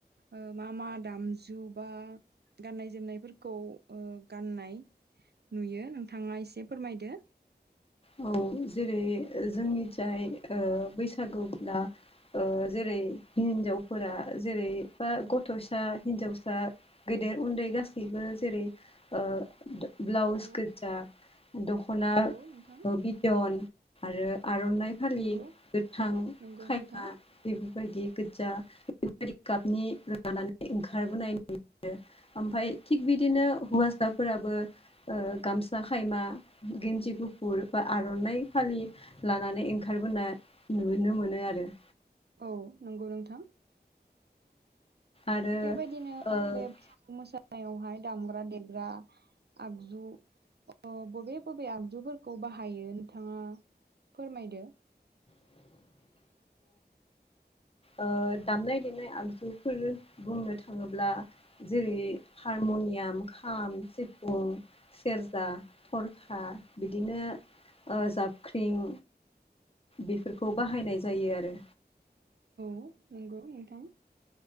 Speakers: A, on the right (about 70°); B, on the left (about 35°).
A: ओ मा-मा दामजु बा। गाननाय-जोमनायफोरखौ ओ गाननाय। नुयो नोंथाङा एसे फोरमायदो।
B: औ जेरै जोंनि जाय ओ बैसागुब्ला। ओ जेरै हिनजावफोरा जेरै बा गथ'सा हिनजावसा। गेदेर, उन्दै गासैबो जेरै ओ। ब्लाउस
A: औ
B: गोजा, दख'ना
A: नंगौ नोंथां
B: बिदन आरो। आर'नाइ फालि
A: नंगौ
B: गोथां
A: नंगौ
B: खायफा।
A: नोंथां
B: बेफोरबायदि गोजा बेफोरबायदि गाबनि लानानै ओंखारबोनाय नु। ओमफाय थिग बिदिनो हौवासाफोराबो गामसा खायमा गिन्जि गु- गुफुरबा आर'नाइ फालि लानानै ओंखारबोनाय नुनो मोनो आरो
A: औ नंगौ नोंथां
B: आरो
A: थिग बेबायदिनो
B: ओ
A: बे बैसागु मोसानाय सायावहाय दामग्रा देग्रा आगजु अ बबे बबे आगजुफोरखौ बाहायो नोथाङा फोरमायदो
B: औ दामनाय देनाय आगजुफोर बुंनो थाङोब्ला जेरै हारमनियाम खाम सेफुं सेरजा थरखा बिदिनो जाबख्रिं बेफोरखौ बाहायनाय जायो आरो
A: नंगौ‌ नोंथां